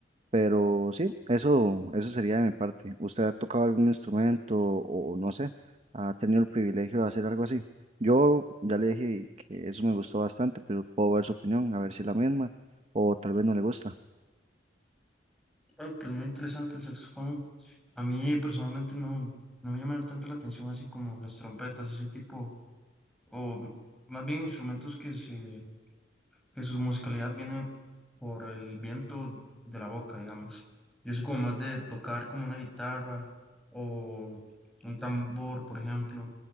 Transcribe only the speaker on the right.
Pero sí, eso, eso sería de mi parte. ¿Usted ha tocado algún instrumento o no sé, ha tenido el privilegio de hacer algo así? Yo ya le dije que eso me gustó bastante, pero puedo ver su opinión, a ver si es la misma o tal vez no le gusta.